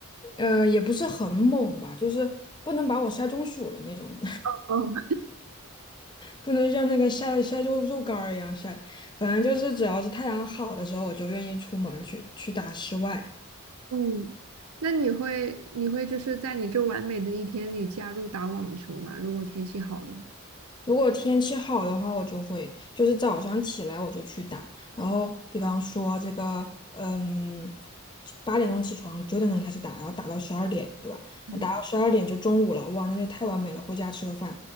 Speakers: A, on the left (about 20°); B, on the right (about 85°).
A: 呃，也不是很猛吧，就是不能把我晒中暑了那种。
B: 哦，
A: 不能像那个晒晒肉肉干儿一样晒，反正就是只要是太阳好的时候，我就愿意出门儿去去打室外。
B: 嗯，那你会你会就是在你这完美的一天里加入打网球吗？如果天气好的话。
A: 如果天气好的话，我就会就是早上起来我就去打，然后比方说这个，嗯，八点钟起床，九点钟开始打，然后打到十二点，对吧？
B: 嗯。
A: 那打到十二点就中午了，哇，那就太完美了，回家吃个饭，